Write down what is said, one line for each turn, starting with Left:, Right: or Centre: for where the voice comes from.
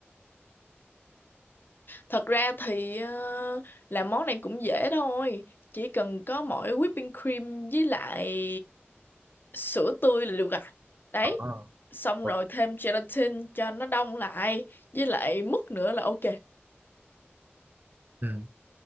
Left: Thật ra thì ờ, làm món này cũng dễ thôi. Chỉ cần có mỗi whipping cream với lại sữa tươi là được à. Đấy.
Right: ờ
Left: Xong
Right: ờ,
Left: rồi thêm gelatin cho nó đông lại. Với lại mứt nữa là ok.
Right: ừ.